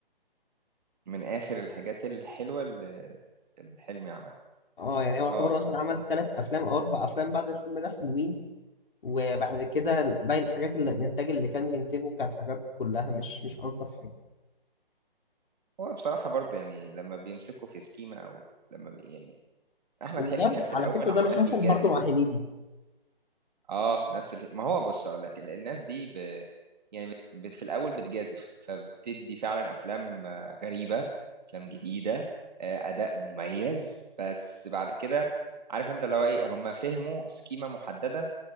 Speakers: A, on the right; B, on the left.
A: من آخر الحاجات الحلوة اللي اللي حلمي عملها
B: اه يعني هو يعتبر
A: اه
B: مثلا عمل ثلاث افلام او اربع افلام بعد الفيلم ده حلوين وبعد كده باقي الحاجات اللي الانتاج اللي كان بينتجه كان حاجات كلها مش مش الطف حاجه
A: هو بصراحة برضو يعني لما بيمسكوا في سكيمة أو لما بي يعني أحمد
B: وده
A: حلمي كان في
B: على
A: الأول
B: فكره
A: عمال
B: ده اللي حصل
A: بيجازف
B: برضه مع هنيدي
A: اه نفس ال... ما هو بص أقول لك ال- الناس دي ب... يعني بت... بت... في الأول بتجازف فبتدي فعلا أفلام آه، غريبة أفلام جديدة آه، أداء مميز بس بعد كده عارف أنت لو إيه هم فهموا سكيمة محددة